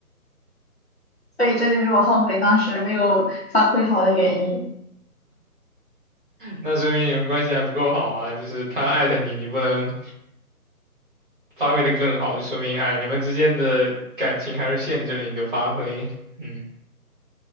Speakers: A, on the left; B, on the right.
A: 所以这就是我后悔当时没有发挥好的原因。
B: 那说明你们关系还不够好啊，就是他艾特你，你不能发挥的更好，就说明哎，你们之间的感情还是限制了你的发挥，嗯。